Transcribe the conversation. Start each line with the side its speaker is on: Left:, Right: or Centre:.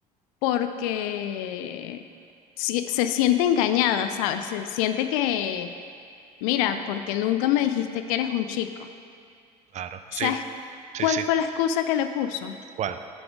Left: porque si- se siente engañada, ¿sabes? Se siente que, mira, porque nunca me dijiste que eres un chico.
Right: claro. Sí,
Left: ¿Sabes
Right: sí,
Left: cuál
Right: sí.
Left: fue la excusa que le puso?
Right: ¿Cuál?